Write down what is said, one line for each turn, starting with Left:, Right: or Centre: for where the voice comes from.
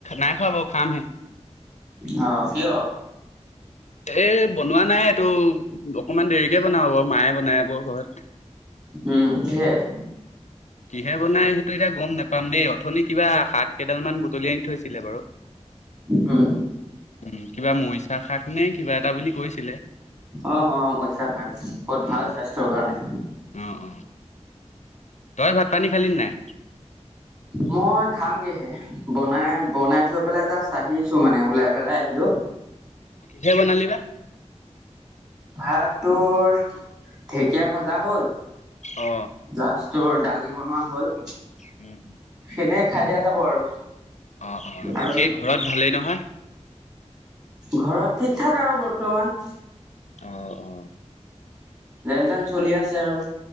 Left: নাই খোৱা বাও খামহে।
Right: অ কিয়?
Left: এ বনোৱা নাই। টো অকনমান দেৰিকে বনাও বাও, মায়ে বনাই ক ঘৰত।
Right: উম কিহেৰ?
Left: কিহে বনাই টো এতিয়া গম নাপাম দেই অথনি কিবা শাক কেইডাল মান বুতলি আনি থৈছিলে বাৰু।
Right: উম।
Left: উম কিবা মৰিচা শাক নে কিবা এটা বুলি কৈছিলে।
Right: অ অ মইছা শাক বহুত ভাল
Left: অ
Right: স্বাস্থ্যৰ কাৰণে।
Left: অ অ তই ভাত পানী খালি নাই?
Right: মই খামগে হে। বনাই
Left: অ',
Right: বনাই থৈ পেলাই জা চ আহিছো মানে ওলাই পেলাই আহিলো।
Left: দে বনাল বাা
Right: ভাত তোৰ ঢেকীয়া ভজা হ'ল
Left: অ,
Right: প্াছৰ দালি বনোৱা হ'ল।
Left: উম উম।
Right: খদ খাই দিয়া যাব আৰু
Left: অ অ
Right: আৰু
Left: বাকী ঘৰত ভালেই নহয়
Right: ঘৰত ঠিক ঠাক আৰু বৰ্তমান
Left: অ অ
Right: যেন তেন চলি আছে আৰু